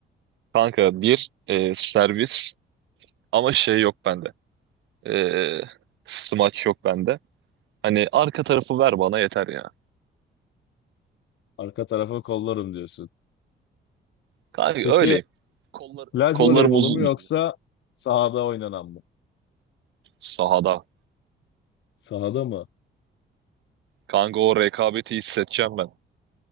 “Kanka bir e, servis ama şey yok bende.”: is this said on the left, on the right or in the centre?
Right